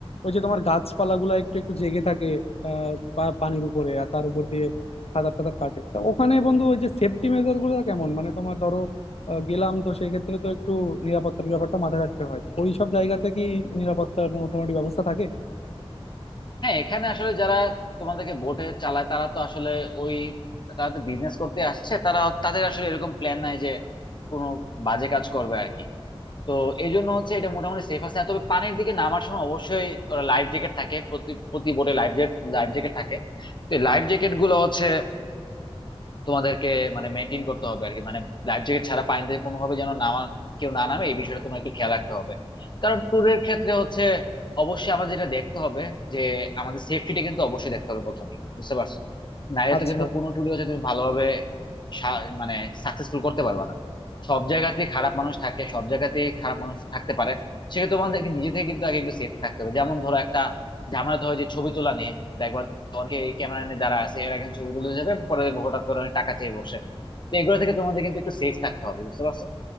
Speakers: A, on the left; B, on the left.
A: ওই যে তোমার গাছপালাগুলা একটু একটু জেগে থাকে আহ পা- পানির উপরে আর তার উপর দিয়ে সাঁতার টাতার কাটে তা ওখানে বন্ধু ওই যে সেফটি মেজার গুলো কেমন মানে তোমার ধরো আহ, গেলাম তো সেই ক্ষেত্রে তো একটু নিরাপত্তার ব্যাপারটা মাথায় রাখতে হয় ওই সব জায়গাতে কি নিরাপত্তার মোটামুটি ব্যবস্থা থাকে
B: হ্যাঁ এখানে আসলে যারা তোমাদেরকে বোটে চালায় তারা তো আসলে ওই তারা তো বিজনেস করতে আসছে তারা তাদের আসলে এরকম প্ল্যান নাই যে কোনো বাজে কাজ করবে আর কি তো এই জন্য হচ্ছে এটা মোটামুটি সেফ আছে আর তবে পানির দিকে নামার সময় অবশ্যই লাইফ জ্যাকেট থাকে প্রতি প্রতি বোটে লাইফ জ্যাকেট লাইফ জ্যাকেট থাকে তো লাইফ জ্যাকেট গুলো হচ্ছে তোমাদেরকে মানে মেনটেন করতে হবে আর কি মানে লাইফ জ্যাকেট ছাড়া পানিতে কোনোভাবে যেন নামা কেউ না নামে এই বিষয়টা তোমার একটু খেয়াল রাখতে হবে কারণ ট্যুরের ক্ষেত্রে হচ্ছে অবশ্যই আমাদের যেটা দেখতে হবে যে আমাদের সেফটিটা কিন্তু অবশ্যই দেখতে হবে প্রথমে বুঝতে পারছো নাহলে
A: আচ্ছা
B: তো কিন্তু কোনো ট্যুরে হচ্ছে তুমি ভালোভাবে সা- মানে সাকসেসফুল করতে পারবে না সব জায়গাতেই খারাপ মানুষ থাকে সব জায়গাতেই খারাপ মানুষ থাকতে পারে সেক্ষেত্রে তোমাদেরকে নিজে থেকে কিন্তু আগে একটু সেফ থাকতে হবে যেমন ধরো একটা ঝামেলা তো হয় যে ছবি তোলা নিয়ে দেখবা অনেকে এই ক্যামেরা নিয়ে দাঁড়া আছে এরা কিন্তু ছবি তুলে যাবে পরে দেখবো হঠাৎ করে অনেক টাকা চেয়ে বসে তো এগুলো থেকে তোমাদের কিন্তু একটু সেফ থাকতে হবে বুঝতে পারছো